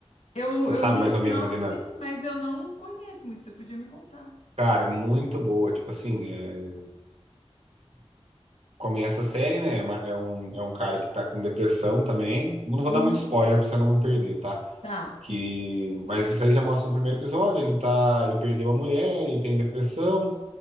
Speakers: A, on the left; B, on the right.
A: Eu,
B: você
A: eu
B: sabe
A: li
B: mais
A: a sinopse,
B: ou menos a dinâmica.
A: mas eu não conheço muito, você podia me contar.
B: Cara, é muito boa. Tipo assim, é, começa a série, né? É uma- é um, é um cara que tá com depressão também. Não vou
A: Uhum.
B: dar muito spoiler pra você não perder, tá?
A: Tá,
B: Que, mas isso aí já mostra no primeiro episódio. Ele tá, ele perdeu a mulher, ele tem depressão,